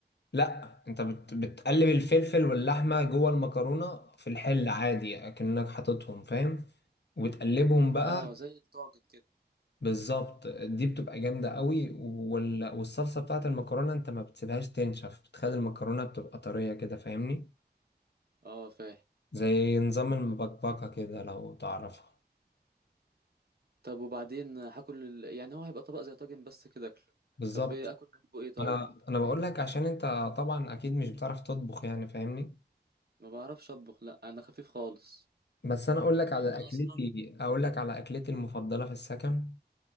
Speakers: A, on the left; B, on the right.
A: لا أنت بت... بتقلب الفلفل واللحمة جوه المكرونة في الحل عادي أكنك حاططهم فاهم وتقلبهم بقى
B: اه زي الطاجن كده
A: بالظبط دي بتبقى جامدة قوي وال... والصلصة بتاعت المكرونة انت ما بتسيبهاش تنشف بتخلي المكرونة بتبقى طرية كده فاهمني
B: اه فاهم
A: زي نظام المبكبكة كده لو تعرفها
B: طب وبعدين هاكل ال... يعني هو هيبقى طبق زي طاجن بس كده اكله
A: بالظبط
B: طب ايه اكل جنبه ايه طيب
A: انا انا بقول لك عشان انت طبعا اكيد مش بتعرف تطبخ يعني فاهمني
B: ما بعرفش اطبخ لا انا خفيف خالص
A: بس انا اقول لك على
B: يعني انا
A: اكلتي
B: اصلا
A: اقول لك على اكلتي المفضلة في السكن